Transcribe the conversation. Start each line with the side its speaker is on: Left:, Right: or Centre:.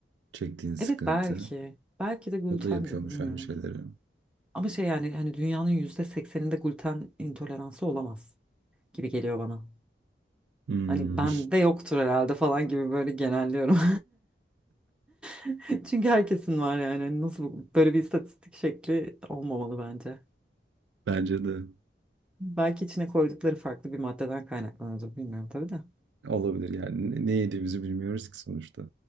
Right: çektiğin sıkıntı.
Centre: Evet belki. Belki de glutendir
Right: O da yapıyormuş
Centre: bilmiyorum.
Right: aynı şeyleri.
Centre: Ama şey yani hani dünyanın yüzde sekseninde gluten intoleransı olamaz gibi geliyor bana.
Right: Hmm,
Centre: Hani bende yoktur herhalde falan gibi böyle genelliyorum. <laughs> Çünkü herkesin var yani. Hani Nasıl bu- böyle bir istatistik şekli olmamalı bence.
Right: <laughs> bence de
Centre: Belki içine koydukları farklı bir maddeden kaynaklanıyordur bilmiyorum tabii de.
Right: olabilir yani ne ne yediğimizi bilmiyoruz ki sonuçta.